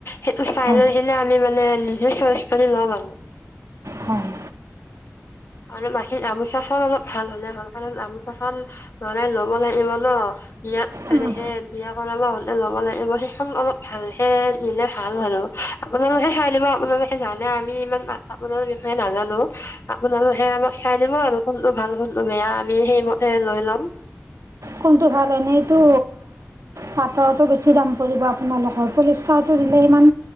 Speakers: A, on the left; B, on the right.
A: সেইটো চাই
B: হয়
A: লৈ কিনে আমি মানে নিজ চইচ ল'ম আৰু
B: হয়
A: আৰু মখীৰ গামোচা চল অলপ ভাল হলে হল কাৰণ গামোচা চল লৰাই লব লাগিব ন বিয়াত
B: উম,
A: এনেকে বিয়া কৰা হলে লব লাগিব সেইখন অলপ ভালহে নিলে ভাল হ আপোনালোকে চাই লব আপোনালোকে জানে আমি ইমান মাতাপ বিষয়ে নাজানো আপোনালোকহে আমাক খাই দিব আৰু ফোনটো ভাল ফোনটো বেয়া আমি সেইমতে লৈ ল'ম
B: কোনটো ভাল এনেইতটো পাটতো বেছি দাম পৰিব আপোনালোকৰ পলিষ্টাৰটো দিলে সিমান